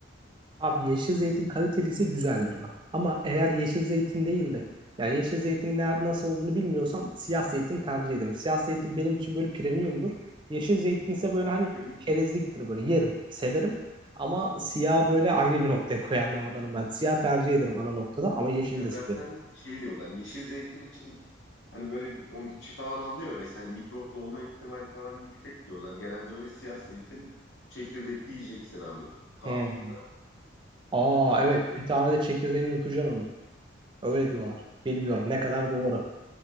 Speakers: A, on the right; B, on the left.
A: Abi yeşil
B: Böyle
A: zeytin kaliteliyse güzeldir bak. Ama eğer yeşil zeytin değil de yani yeşil zeytin ne, nasıl olduğunu bilmiyorsam siyah zeytin tercih ederim. Siyah zeytin benim için böyle premiumdur. Yeşil zeytin ise böyle hani
B: <laughs>
A: çerezliktir böyle yerim, severim. Ama siyah böyle ayrı bir noktaya koyanlardanım ben. Siyah tercih ederim ana noktada ama yeşil
B: ya
A: de
B: zaten
A: severim.
B: şey diyorlar yeşil zeytin için Hani böyle bir- onun içi falan alınıyor ve hani mikroplu olma ihtimali falan yüksek diyorlar. Genelde böyle siyah zeytin çekirdekli yiyeceksin abi. Kahvaltıda
A: Hmm. Aa
B: sağlıklı.
A: evet bir tane de çekirdeğini yutacaksın onu. Öyle diyorlar. Bilmiyorum ne kadar doğru. <laughs>